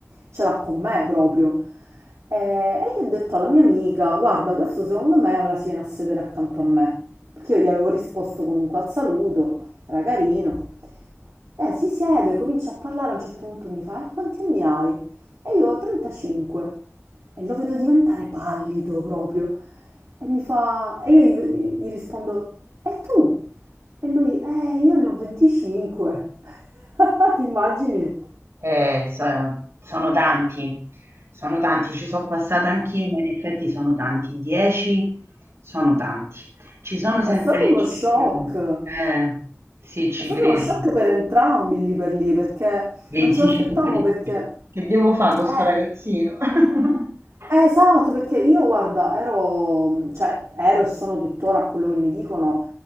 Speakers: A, on the right; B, on the right.
A: ce l'ha con me proprio. E, e io ho detto alla mia amica, guarda, questo secondo me ora si viene a sedere accanto a me. Perché io gli avevo risposto comunque al saluto, era carino. Eh, si siede, comincia a parlare, a un certo punto mi fa: "E quanti anni hai?" E io: "35". E lo vedo diventare pallido proprio. E mi fa e io gli gli rispondo: "E tu?" E lui: "Eh, io ne ho 25". <laughs> Ti immagini?
B: Eh, so- sono tanti, sono tanti, ci sono passata anch'io, ma in effetti sono tanti, 10 sono tanti. Ci sono sempre
A: È stato
B: le eccezioni.
A: uno shock.
B: Eh, sì, ci
A: È stato
B: credo.
A: uno shock per entrambi lì per lì, perché
B: 25
A: non ce l'aspettavamo perché
B: dici. Che devo fare
A: eh
B: con sto ragazzino? <laughs>
A: Eh, esatto, perché io guarda, ero, cioè, ero e sono tuttora a quello che mi dicono